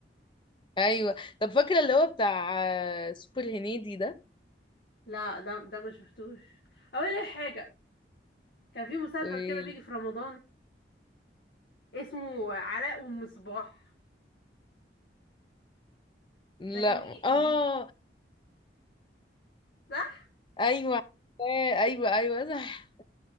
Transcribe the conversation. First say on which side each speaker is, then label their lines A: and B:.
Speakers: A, on the left (about 25°); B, on the left (about 60°).
A: أيوه طب فاكرة اللي هو بتاع آه، سوبر هنيدي ده
B: لا ده ده ما شفتوش اقول لك حاجه كان في مسلسل
A: قوليلي
B: كده بيجي في رمضان اسمه علاء ام صباح
A: لا
B: ده كان بيجي
A: آه
B: بيجي صح
A: أيوه عارفاه. أيوه أيوه صح